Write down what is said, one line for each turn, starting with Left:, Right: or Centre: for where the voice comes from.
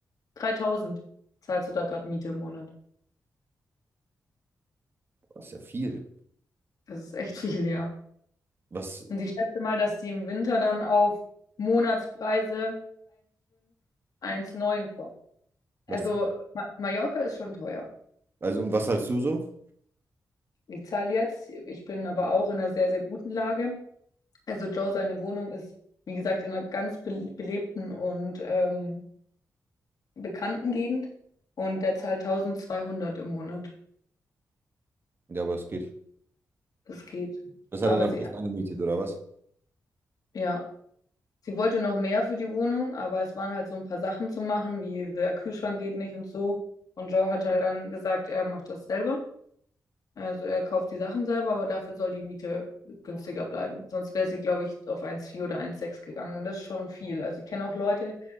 Left: 3000 zahlst du da gerade Miete im Monat.
Right: das ist ja viel.
Left: Das ist echt <laughs> viel, ja.
Right: Was,
Left: Und ich schätze mal, dass die im Winter dann auf Monatspreise 1,5, neun kommen. Also
Right: was,
Left: Ma Mallorca ist schon teuer.
Right: also, und was zahlst du so?
Left: Ich zahle jetzt, ich bin aber auch in einer sehr, sehr guten Lage. Also Joe, seine Wohnung ist, wie gesagt, in einer ganz be belebten und ähm, bekannten Gegend. Und der zahlt 1200 im Monat.
Right: Ja, aber das geht.
Left: Das geht.
Right: Das hat
Left: Aber
Right: er dann
Left: sie,
Right: fest angemietet, oder was?
Left: ja. Sie wollte noch mehr für die Wohnung, aber es waren halt so ein paar Sachen zu machen, wie der Kühlschrank geht nicht und so. Und Joe hat halt dann gesagt, er macht das selber. Also er kauft die Sachen selber, aber dafür soll die Miete günstiger bleiben. Sonst wäre sie, glaube ich, auf eins Komma vier oder eins Komma sechs gegangen. Und das ist schon viel. Also ich kenne auch Leute,